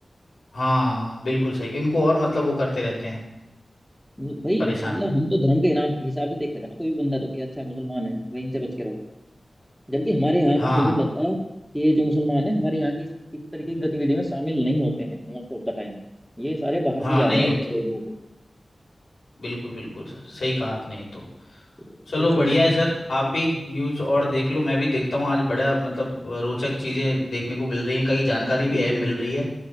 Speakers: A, on the left; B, in the centre.
A: हाँ बिल्कुल सही इनको और मतलब वो करते रहते हैं
B: मतलब भाई
A: परेशान
B: मतलब हम तो धर्म के इनाम हिसाब से देखेगा ना कोई भी बंदा तो कि अच्छा मुसलमान है भाई इनसे बच के रहो जबकि हमारे यहाँ
A: हाँ
B: का मुझे नहीं लगता कि ये जो मुसलमान है हमारे यहाँ के इस, इस तरीके की गतिविधि में शामिल नहीं होते हैं मोस्ट ऑफ द टाइम ये सारे बाहर
A: हाँ
B: से ही आ
A: नहीं
B: रहे हैं
A: होते
B: ट्रेन वगैरह पे
A: बिल्कुल बिल्कुल सर सही कहा आपने ये तो
B: तो
A: चलो
B: ये चीज
A: बढ़िया
B: है
A: है
B: इसमें।
A: सर आप भी न्यूज़ और देख लो मैं भी देखता हूँ आज बड़ा मतलब रोचक चीज़ें
B: चलिए
A: देखने को मिल रही हैं कई जानकारी
B: जी
A: भी
B: जी
A: अहम
B: जी बिल्कुल
A: मिल रही है